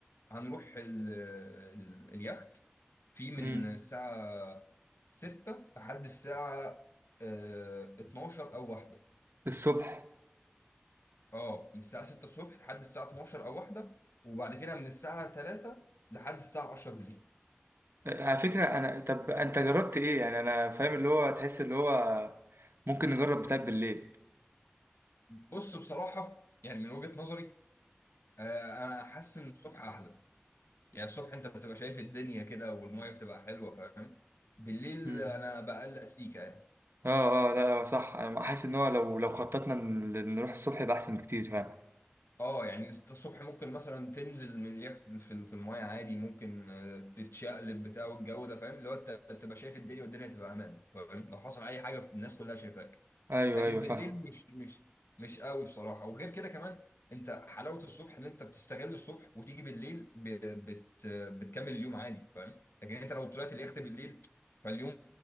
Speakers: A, on the left (about 80°); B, on the right (about 75°).
A: هنروح ال... ال... اليخت في من
B: امم
A: الساعة 6 لحد الساعة آه، 12 أو واحدة
B: الصبح
A: اه من الساعة 6 الصبح لحد الساعة 12 أو واحدة وبعد كده من الساعة 3 لحد الساعة 10 بالليل
B: على فكره انا طب انت جربت ايه يعني انا فاهم اللي هو تحس اللي هو ممكن نجرب بتاع بالليل
A: بص بصراحة يعني من وجهة نظري آه، أنا حاسس إن الصبح أحلى يعني الصبح انت بتبقى شايف الدنيا كده والميه بتبقى حلوه فاهم بالليل
B: امم
A: انا بقلق سيكا يعني
B: اه اه لا هو صح انا حاسس ان هو لو لو خططنا ن- نروح الصبح يبقى احسن بكتير فعلا
A: اه يعني انت الصبح ممكن مثلا تنزل من اليخت في في الميه عادي ممكن آه، تتشقلب بتاع والجو ده فاهم اللي هو انت بتبقى شايف الدنيا والدنيا تبقى امان فاهم لو حصل اي حاجه الناس كلها شايفاك
B: ايوه
A: لكن
B: ايوه فاهم
A: بالليل مش مش مش قوي بصراحه وغير كده كمان انت حلاوه الصبح ان انت بتستغل الصبح وتيجي بالليل ب... بت... بتكمل اليوم عادي فاهم لكن انت لو طلعت اليخت بالليل فاليوم